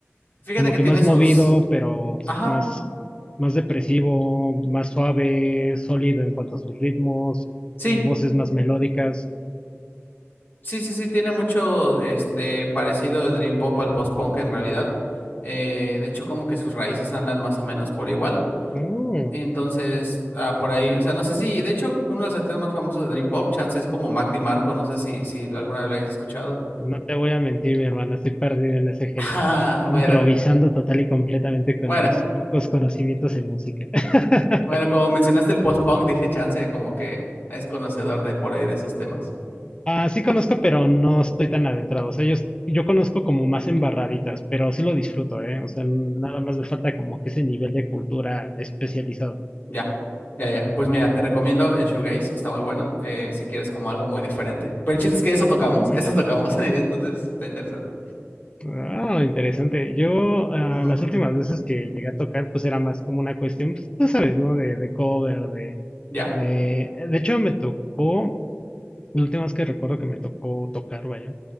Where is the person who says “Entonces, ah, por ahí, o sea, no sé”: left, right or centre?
Left